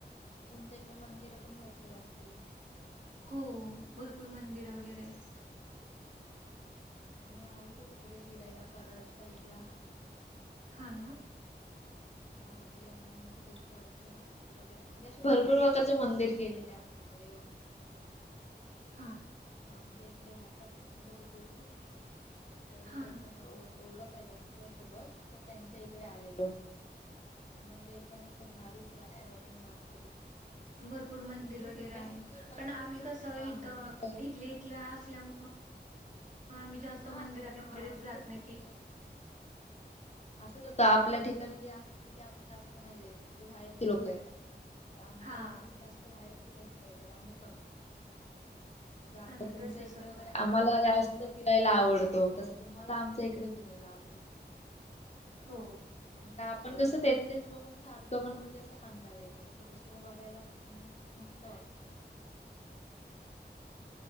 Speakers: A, on the left (about 40°); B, on the right (about 45°).
A: तुमच्या इकडे मंदिर पण भरपूर असतील?
B: हो भरपूर मंदिर वगैरे आहेत.
A: आम्ही आलेलो तिकडे फिरायला कराड साईड ला.
B: हा ना?
A: हम <unintelligible> मंदिर परशुराम मंदिर वगैरे म्हणजे असे भरपूर प्रकारचे मंदिर केलेले आहे आम्ही तिकडे येऊन. <unintelligible>
B: हां.
A: आच्या इकडे हातात तुमच्या तिकडची तर
B: हां.
A: त्याच्यामुळे ओळख. काय त्यांच्या सोबत तर त्यांच्या इकडे आलेलो. म्हणजे एकदम असं भारीच वातावरण वाटत.
B: भरपूर मंदिर वगैरे
A: फिरण्यासारखं
B: आहेत
A: भरपूर
B: पण आम्ही
A: ठिकाण
B: कसं
A: हा
B: इथं.
A: मंदिर वगैरे
B: इथले इथल्या असल्यामु आम्ही जास्त
A: हा
B: मंदिरात
A: हा
B: वगैरे
A: असंच
B: जात
A: होतं
B: नाही
A: म्हणजे
B: की
A: <unintelligible> असंच होत आपल्या ठिकाणी जे असत तिथे आपण जास्त नाही जायच म्हणजे बाहेर क लोक येतात. आमच्या
B: हां.
A: इकडे पण जास्त बाहेरचे लोक येतात आम्ही कमी असं. सं आता
B: हां ना
A: तुमच्या
B: तसंच
A: इकडे
B: होतं.
A: वगैरे आम्हाला जास्त फिरायला आवडतो तस तुम्हाला आमच्या इकडे फिरायला आवडेल.
B: हो.
A: का आपण कसं. ते तेच बघून सारखं पण म्हणजे असं कंटाला येतं तसं दुसरं बघायला म्हणजे मस्त वाटत. <unintelligible>